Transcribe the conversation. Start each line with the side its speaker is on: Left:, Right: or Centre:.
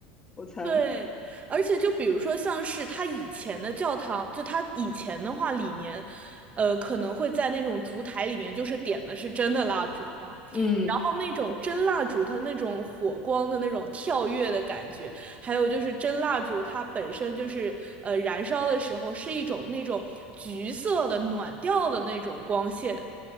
Left: 我猜。
Right: 对，而且就比如说，像是他以前的教堂，就他以前的话，里面，呃，可能会在那种烛台里面，就是点的是真的蜡烛嘛，
Left: 嗯
Right: 然后那种真蜡烛，它那种火光的那种跳跃的感觉，还有就是真蜡烛，它本身就是呃燃烧的时候是一种那种橘色的暖调的那种光线，